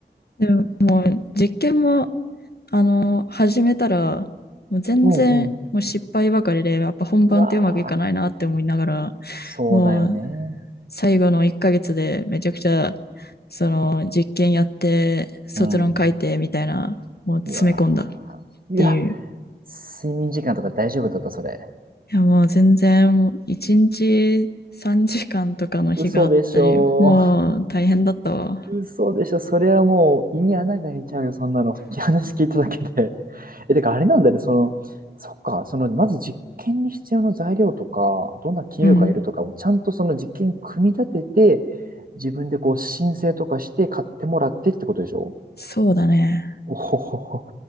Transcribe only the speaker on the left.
でも、もう実験もあの、始めたら、もう全然、
もう失敗ばかりで、やっぱ本番ってうまくいかないなって思いながら、
もう最後の1ヶ月でめちゃくちゃ、その実験やって、卒論書いてみたいな、
もう詰め込んだっ
ていう。い
や、もう全然、もう1日3時間とかの日があったり、
もう大変だったわ。
うん。
そうだね。